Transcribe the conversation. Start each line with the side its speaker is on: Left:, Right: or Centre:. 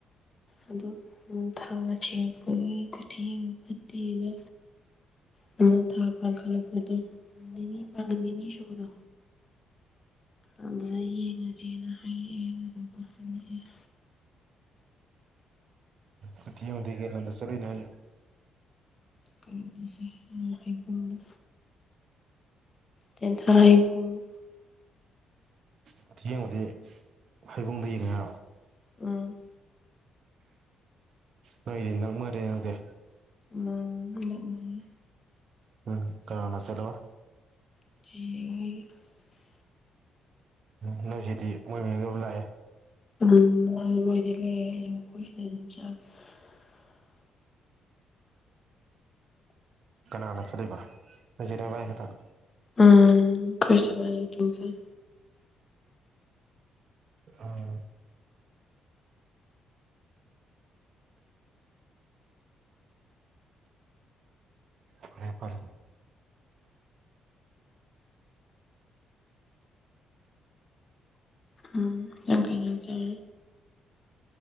Left: ꯑꯗꯣ ꯅꯃꯣꯟ ꯊꯥ ꯁꯤꯔꯛꯄꯒꯤ ꯀꯨꯇꯤ ꯌꯦꯡꯕ ꯐꯠꯇꯦꯅ ꯅꯃꯣꯟ ꯊꯥ ꯄꯥꯡꯈꯠꯂꯛꯄꯗꯣ ꯅꯤꯅꯤ ꯄꯥꯡꯒꯠ ꯅꯤꯅꯤ ꯁꯨꯕꯗꯣ ꯑꯗꯨꯗ ꯌꯦꯡꯉ ꯖꯦꯅ ꯍꯥꯏꯔꯛꯑꯦ ꯑꯗꯨꯒ ꯍꯜꯂꯛꯑꯦ
Right: ꯀꯨꯊꯤ ꯍꯧꯕꯗꯤ ꯀꯩ ꯂꯝꯗ ꯆꯠꯂꯨꯏꯅꯣ ꯍꯥꯏꯁꯦ
Left: ꯀꯩꯅꯣꯗꯁꯦ ꯍꯩꯕꯨꯡꯗ ꯇꯦꯟꯊꯥ ꯍꯩꯕꯨꯡ
Right: ꯀꯨꯊꯤ ꯌꯦꯡꯕꯗꯤ ꯍꯩꯕꯨꯡꯗ ꯌꯦꯡꯉꯦ ꯍꯥꯏꯔꯣ
Left: ꯎꯝ
Right: ꯅꯣꯏꯗꯤ ꯅꯛꯃꯔꯦ ꯑꯗꯨꯗꯤ
Left: ꯃ ꯅꯛꯑ <unintelligible>
Right: ꯎꯝ ꯀꯥꯅꯅ ꯂꯥꯛꯀꯗꯕ
Left: ꯆꯤꯆꯦ ꯍꯣꯏꯒꯤ <unintelligible>
Right: ꯎ ꯅꯣꯏꯁꯤꯗꯤ ꯃꯣꯏꯗꯨꯝ ꯂꯥꯛꯑꯦ
Left: ꯎꯝ ꯃꯣꯏꯂꯩ ꯑꯩꯈꯣꯏꯖꯨ ꯆꯠ
Right: ꯀꯅꯥꯅ ꯆꯠꯂꯤꯕ ꯅꯣꯏ ꯆꯦ ꯅꯣꯏꯅꯤꯈꯛ
Left: ꯎꯝ ꯈꯨꯁꯤ ꯄꯥꯏ ꯇꯨꯨꯡꯁꯨ <unintelligible>
Right: ꯑꯥ ꯐꯔꯦ ꯐꯔꯦ
Left: ꯎꯝ ꯅꯪ ꯀꯩꯖꯥꯡ ꯆꯔꯦ